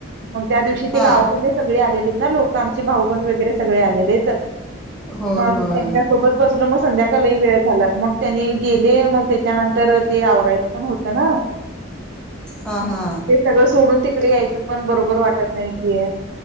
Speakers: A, on the right; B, in the centre.
A: मग त्या दिवशी ती
B: हा
A: गावक सगळे आलेलीत ना लोक, आमचे भाऊबंद वगैरे सगळे आलेलित,
B: होय
A: मग
B: होय
A: त्यांच्या सोबत बसलो, मग संध्याकाळीही वेळ झाल, मग त्यांनी गेले, मग त्याच्यानंतर ते आवरायचं पण होतं ना.
B: हा हा.
A: ते सगळं सोडून तिकडे यायचं पण बरोबर वाटत नाही कि.